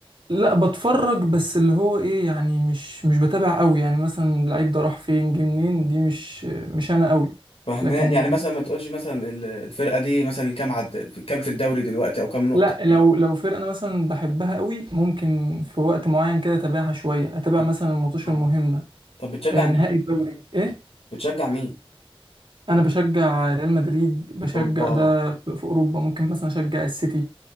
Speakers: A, on the right; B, on the left.
A: لا بتفرج بس اللي هو ايه يعني مش مش بتابع قوي يعني مثلا اللعيب ده راح فين جه منين دي مش مش انا قوي
B: فهمان
A: لكن
B: يعني مثلا ما تقولش مثلا ال- الفرقه دي مثلا كام عد كام في الدوري دلوقتي او كام نقطه
A: لا
B: أو
A: لو
B: حاجة.
A: لو فرقة أنا مثلا بحبها قوي ممكن في وقت معين كده أتابعها شوية أتابع
B: طب
A: مثلا الماتش
B: اه
A: المهمة
B: طب بتشجع
A: آه،
B: مين
A: نهائي الدوري إيه
B: بتشجع مين
A: أنا بشجع ريال مدريد بشجع
B: اوبا
A: ده في في أوروبا ممكن مثلا أشجع السيتي